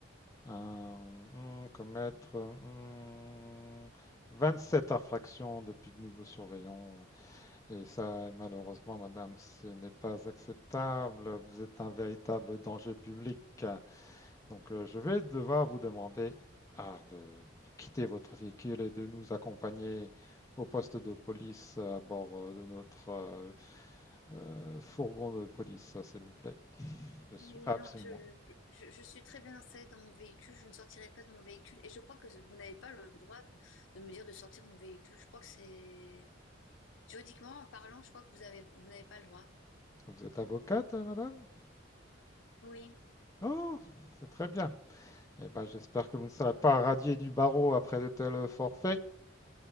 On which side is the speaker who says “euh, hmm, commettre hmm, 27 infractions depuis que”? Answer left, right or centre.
Left